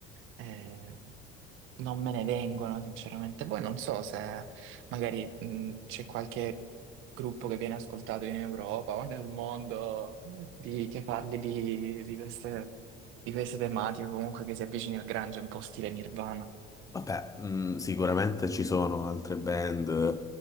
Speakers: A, on the right (about 70°); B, on the left (about 15°).
A: eh, non me ne vengono, sinceramente. Poi non so se magari mh, c'è qualche gruppo che viene ascoltato in Europa o nel mondo di- che parli di, di queste, di queste tematiche, comunque che si avvicini al grunge, un po' stile Nirvana.
B: Vabbè, mh, sicuramente ci sono altre band, eh,